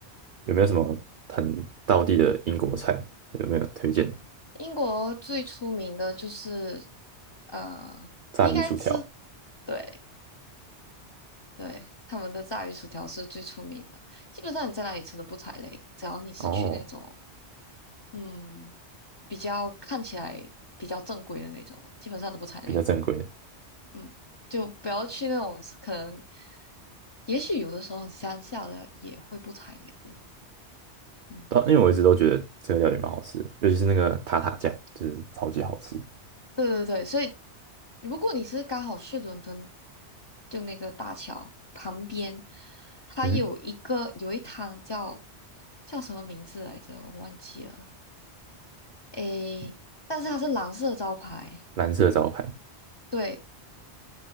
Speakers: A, on the right; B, on the left.
A: 有没有什么很道地的英国菜？
B: 嗯
A: 有没有推荐的？
B: 英国最出名的就是呃，
A: 炸鱼薯条
B: 你应该吃，对对，他们的炸鱼薯条是最出名的。基本上你在哪里吃都不踩雷，只要你是去那种
A: 哦，
B: 嗯比较看起来比较正规的那种，基本上都不踩雷。
A: 比较正规的，
B: 嗯，就不要去那种可能，也许有的时候乡下的也会不踩雷哟。嗯
A: 对啊因为我一直都觉得这个料理蛮好吃的尤其是那个塔塔酱，就是超级好吃。
B: 对对对，所以如果你是刚好去伦敦，就那个大桥旁边，它有一个有一摊叫
A: 嗯，
B: 叫什么名字来着，我忘记了。诶，但是它是蓝色招牌，
A: 蓝色招牌
B: 对，